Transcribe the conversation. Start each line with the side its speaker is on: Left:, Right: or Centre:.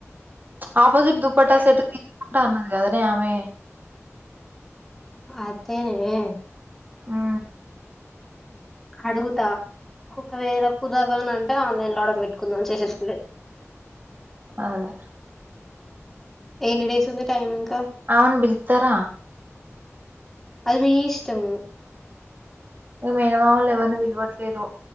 Right: ఆపోజిట్ దుప్పట్టా సెట్ తీస్కుంటా అన్నది కదనే ఆమె.
Centre: అదేనే.
Right: ఆ
Centre: అడుగుతా ఒకవేళ కుదర్దని అంటే ఆన్లైన్లో ఆర్డర్ పెట్టుకుందాం చేసే <unintelligible>
Right: ఆహ్.
Centre: ఎన్ని డేసుంది టైమింకా.
Right: అవ్ను బిల్తార.
Centre: అది మీ ఇష్టం.
Right: ఇంక మేనమామ లేవళును విల్వట్లేరు